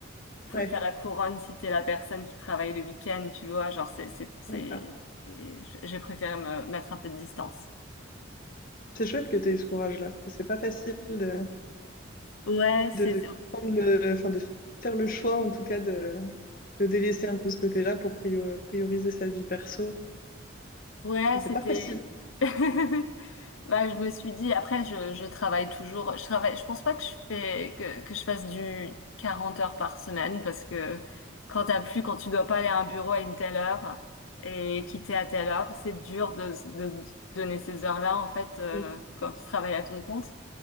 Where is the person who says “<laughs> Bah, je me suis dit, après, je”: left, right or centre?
Left